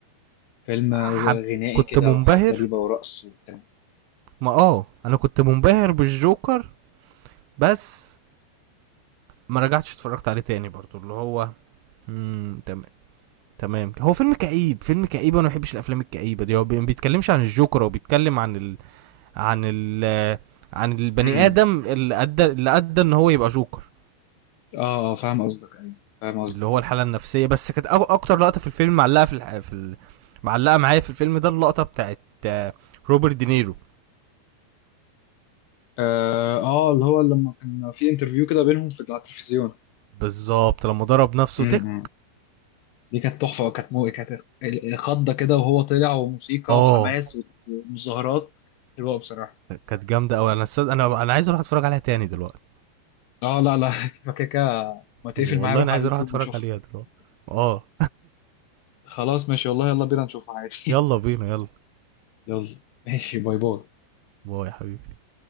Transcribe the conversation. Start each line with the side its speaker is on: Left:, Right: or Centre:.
Left: فيلم
Right: حب
Left: غنائي
Right: كنت
Left: كده
Right: منبهر
Left: وحاجات غريبه ورقص وبتاع
Right: ما اه انا كنت منبهر بالجوكر بس ما رجعتش اتفرجت عليه تاني برضو اللي هو مم، تم- تمام هو فيلم كئيب فيلم كئيب وانا ما بحبش الافلام الكئيبه دي هو بي- ما بيتكلمش عن الجوكر هو بيتكلم عن ال... عن ال... عن البني
Left: امم
Right: ادم اللي ادى اللي ادى ان هو يبقى جوكر
Left: اه آه، فاهم قصدك ايوه فاهم قصدك
Right: اللي هو الحاله النفسيه بس كانت أو- اكتر لقطه في الفيلم معلقه في, الح... في ال... معلقه معايا في الفيلم ده اللقطه بتاعت آه، روبرت دينيرو
Left: اه آه، اللي هو لما كان في انترفيو كده بينهم في على التلفزيون
Right: بالظبط لما ضرب نفسه
Left: امم
Right: تك
Left: دي كانت تحفة وكانت مو... كانت خضة كده وهو طلع وموسيقى
Right: اه
Left: وحماس ومظاهرات حلوة بصراحة
Right: كانت جامده قوي انا الصد... انا انا عايز اروح اتفرج عليها تاني دلوقتي
Left: اه لا لا <laughs> فكاكا ما تقفل
Right: والله
Left: معايا روح
Right: انا
Left: على
Right: عايز
Left: اليوتيوب
Right: اروح اتفرج
Left: وشوفها
Right: عليها دلوقتي اه
Left: خلاص ماشي والله يلا بينا نشوفها عادي
Right: يلا بينا يلا
Left: <laughs> يلا ماشي باي باي
Right: باي يا حبيبي